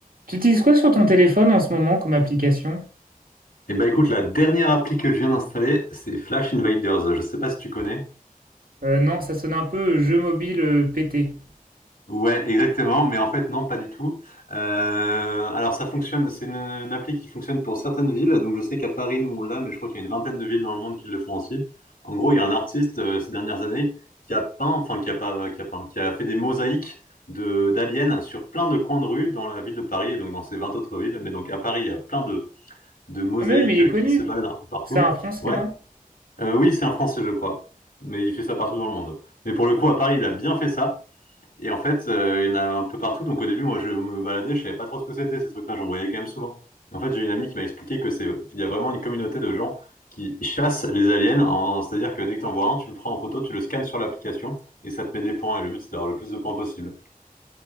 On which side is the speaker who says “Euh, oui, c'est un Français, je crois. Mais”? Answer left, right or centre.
Left